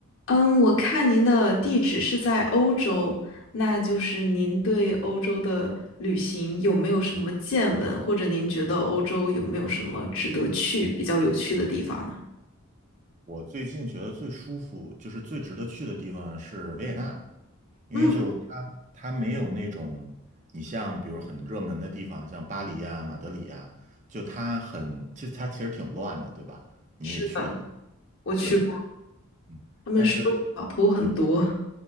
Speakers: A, on the left; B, on the right.
A: 嗯，我看您的地址是在欧洲，那就是您对欧洲的旅行有没有什么见闻，或者您觉得欧洲有没有什么值得去、比较有趣的地方呢？
B: 我最近觉得最舒服，就是最值得去的地方是维也纳，因为就
A: 嗯，
B: 它没有那种你像比如很热门的地方，像巴黎啊、马德里啊，就它很，其实它其实挺乱的，对吧？你也去过，
A: 是的，我去过，
B: 对，嗯但是
A: 他们说小偷很多。